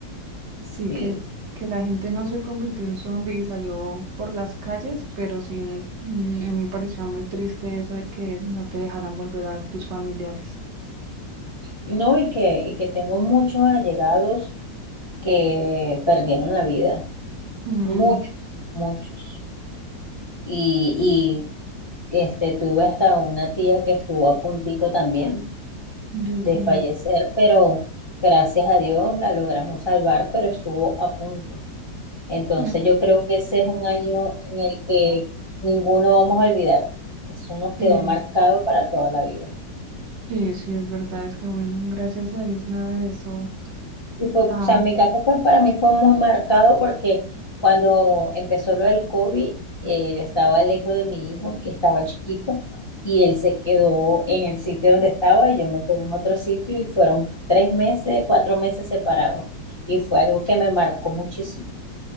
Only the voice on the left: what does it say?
sí.
Y No, y que, y que tengo muchos allegados que perdieron la vida,
muchos, muchos. Y, y este, tuve hasta una tía que estuvo a puntico también
de
fallecer, pero gracias a Dios la logramos salvar, pero estuvo a punto. Entonces
yo creo que ese es un año en el que ninguno vamos a olvidar. Eso nos
quedó marcado para toda la vida.
Y fue, o
sea, mi caso fue, para mí fue muy marcado porque cuando empezó lo del COVID, eh, yo estaba lejos de mi hijo y estaba chiquito y él se quedó en el sitio donde estaba y yo me quedé en otro sitio y fueron tres meses, cuatro meses separados y fue algo que me marcó muchísimo.